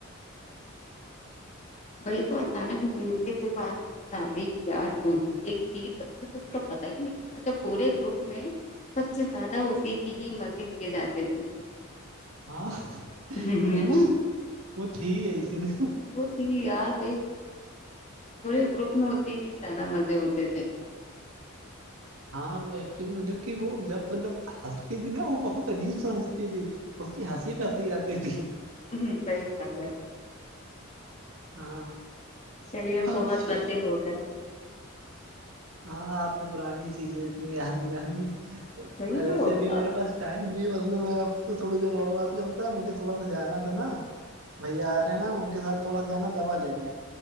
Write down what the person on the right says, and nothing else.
ہاں
اچھی
وہ تھی ہی ایسی نا
ہاں وہ ایکچولی مطلب کی وہ جب مطلب ہنستی تھی نا وہ بہت عجیب سا ہنستی تھی اس کی ہنسی پے ہنسی آتی تھی
ہاں
اچھا
ہاں آپ نے پرانی چیزیں اتنی یاد دلا دی
ویسے ابھی
میرے پاس ٹائم نہیں ورنا میں آپ سے تھوڑی دیر اور بات کرتا مجھے تھوڑا سا جانا تھا نا بھائی آ رہے ہیں نا ان کے ساتھ تھوڑا جانا دوا لینے